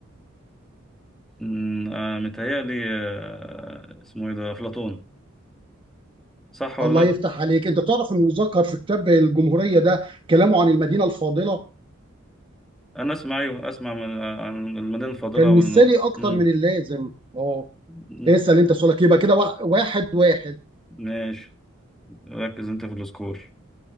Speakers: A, in the centre; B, on the right.
A: أمم، آه، متهيألي آه، اسمه إيه ده أفلاطون صح ولا
B: الله
A: لأ؟
B: يفتح عليك انت تعرف ان مذكر في كتاب الجمهوريه ده كلامه عن المدينه الفاضله
A: أنا أسمع أيوه أسمع من- آه، عن المدينة الفاضلة
B: كان
A: والنو
B: مثالي اكتر
A: مم.
B: من اللازم اه
A: مم.
B: اسال انت سؤالك يبقى كده واحد واحد واحد.
A: ماشي ركز انت في السكور